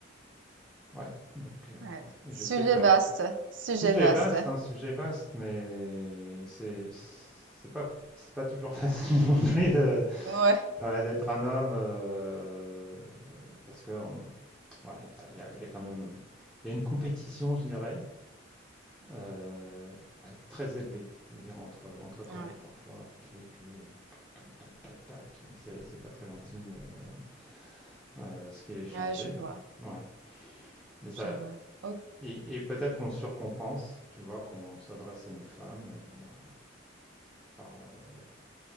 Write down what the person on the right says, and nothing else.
ouais,
sujet
vaste, sujet
vaste.
Ouais,
Ouais.
ouais, je vois,
je vois. Ok,